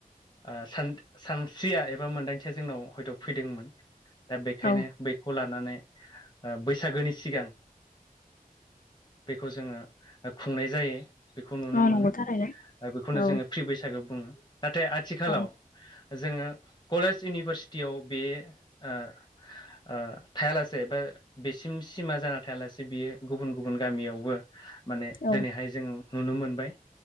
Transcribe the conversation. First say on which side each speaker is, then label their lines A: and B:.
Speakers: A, on the left; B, on the left.
A: आ सान-सानस्रिया एबा मोनदांथिया जोंनाव हयथ' फैदोंमोन। दा बेखायनो
B: औ
A: बैखौ लानानै ओ बैसागोनि सिगां बेखौ जोङो ओ खुंनाय जायो। बेखौ नुनो
B: औ
A: मोनो
B: नंगौ थारैनो
A: बेखौनो
B: औ
A: जोङो फ्रि बैसागो बुङो नाथाय आथिखालाव
B: औ
A: जोङो कलेज इउनिभारसिटियाव बे ओ ओ थायालासे बा बेसिम सिमा जाना थायालासे बियो गुबुन गुबुन गामियावबो माने
B: औ
A: दिनैहाय जों नुनो मोनबाय